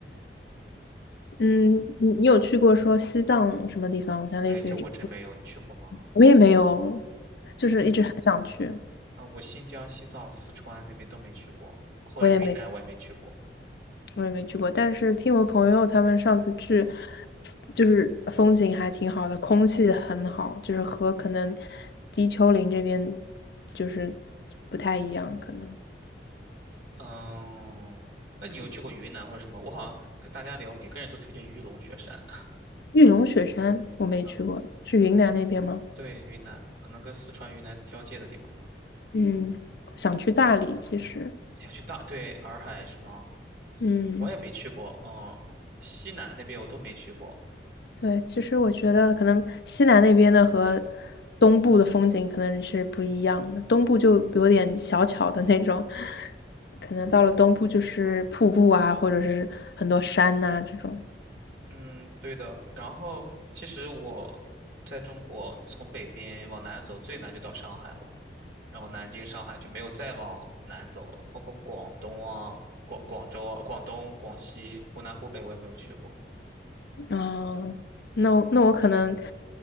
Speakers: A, on the left (about 65°); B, on the right (about 75°).
A: 嗯，你你有去过说西藏什么地方？像类似于这，
B: 哎，这我真没有，你去过吗？
A: 我也没有，就是一直很想去，
B: 我啊、我新疆、西藏、四川那边都没去过，或者云南我也没去过。
A: 我也没我也没去过。但是听我朋友他们上次去，就是风景还挺好的，空气很好，就是和可能低丘陵这边就是不太一样。可能
B: 嗯，那你有去过云南或者什么？我好像跟大家聊，每个人都推荐玉龙雪山。
A: 玉龙雪山我没去过，
B: 嗯，
A: 是云南那边吗？
B: 对，云南可能跟四川、云南交界的地方吧。
A: 嗯，想去大理，其实，
B: 想去大，对，洱海是吗？
A: 嗯。
B: 我也没去过，嗯，西南那边我都没去过，
A: 对，其实我觉得可能西南那边的和东部的风景可能是不一样的，东部就有点小巧的那种，可能到了东部就是瀑布啊，或者是很多山呐、这种。
B: 嗯，对的。然后其实我在中国从北边往南走，最南就到上海了，然后南京、上海就没有再往南走了，包括广东啊、广广州啊、广东、广西、湖南、湖北我也没有去过。
A: 嗯，那我那我可能